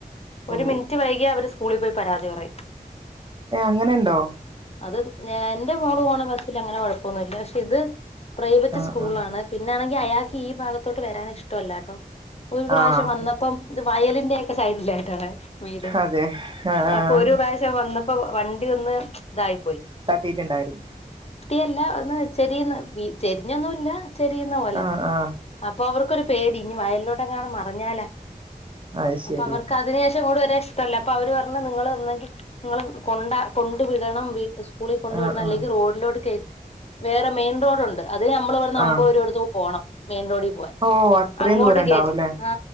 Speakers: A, on the left (about 45°); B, on the right (about 35°).
A: ഒരു
B: ഓ
A: മിനിറ്റ് വൈകി അവര് സ്കൂളിൽ പോയി പരാതി പറയും
B: ഏ അങ്ങനെുണ്ടോ
A: അത് എൻന്റെ മോള പോണ ബസ്സിൽ അങ്ങനെ കുഴപ്പമൊന്നുമില്ല പക്ഷെ ഇത് പ്രൈവറ്റ്
B: ആഹ്
A: സ്കൂൾ
B: ആഹ്
A: ആണ് പിന്നെ ആണെങ്കിൽ അയാൾക്ക് ഈ ഭാഗത്തോട്ട് വരാൻ ഇഷ്ടമല്ലാട്ടോ ഒരു പ്രാവശ്യം
B: ആഹ്
A: വന്നപ്പം വയല ലിന്റെ ഒക്കെ സൈഡില ആായിതാണ് വീട്
B: അതെ ആഹ്
A: അപ്പൊ ഒരു പ്രാവശ്യം വന്നപ്പോ ഇപ്പൊ വണ്ടി ഒന്ന് ഇതായി
B: തട്ടിട്ടുണ്ടായിരുന്നു
A: യല്ല ചെരി ചരിഞ്ഞൊന്നുംല്ല ചെരിയുന്ന പോലെ
B: ആ ആ
A: അപ്പൊ അവർക്കരു പേടി ഇനി വയലിലോട്ടൊങ്ങാനും മറഞ്ഞാലാ
B: അത് ശരി
A: അപ്പൊ അവർക്ക് അതിനന് ശേഷം കൂടെ വരെ ഇ അപ്പൊ അവര് പറഞ്ഞ നിങ്ങ ഒന്നെങ്കിൽ നിങ്ങ കൊണ്ട കൊണ്ടു വിടണം വീ സ്കൂളിൽ കൊണ്ടവിടെണം
B: ആ
A: അല്ലെങ്കിൽ
B: ആ
A: റോഡിലോട് കേട്ട വേറെ മെയിൻ റോഡ് ഉണ്ട് അത് നമ്മള് ഇവിടന് അമ്പരൂബ
B: ആ
A: കൊടുത്തു പോകണം മെയിൻ റോഡി പോവാൻ
B: ഓ അത്രയും
A: അങ്ങോട്ട്
B: ദൂരം ഉണ്ടാവുംല്ലേ
A: കേറ്റി ആ